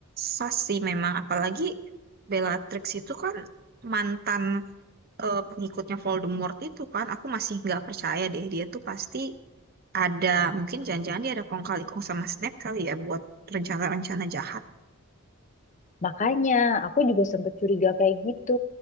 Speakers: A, on the right; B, on the left.
A: sasi memang, apalagi Bellatrix itu kan mantan eh, pengikutnya Voldemort itu kan. Aku masih nggak percaya deh, dia tuh pasti ada, mungkin jangan-jangan dia ada kong kali kong sama Snape kali ya buat rencana-rencana jahat.
B: Makanya aku juga sempet curiga kayak gitu.